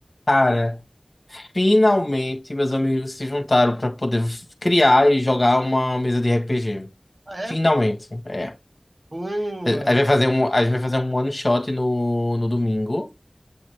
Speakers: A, on the left; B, on the right.
A: Cara, finalmente meus amigos se juntaram pra poder criar e jogar uma mesa de RPG.
B: Ah, é?
A: Finalmente, é.
B: Boa!
A: A gente vai fazer um, a gente vai fazer um one shot no, no domingo.